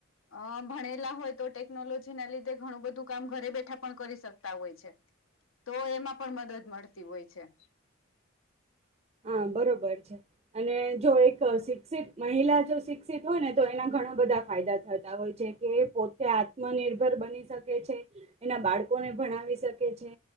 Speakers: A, on the left (about 85°); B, on the right (about 30°).
A: અહ ભણેલા હોય તો ટેકનોલોજીના લીધે ઘણું બધું કામ ઘરે બેઠા પણ કરી શકતા હોય છે. તો એમાં પણ મદદ મળતી હોય છે.
B: હા બરોબર છે. અને જો એક અહ શિક્ષિત મહિલા શિક્ષિત હોય ને, તો એના ઘણા બધા ફાયદા થતા હોય છે. કે પોતે આત્મનિર્ભર બની શકે છે, એના બાળકોને ભણાવી શકે છે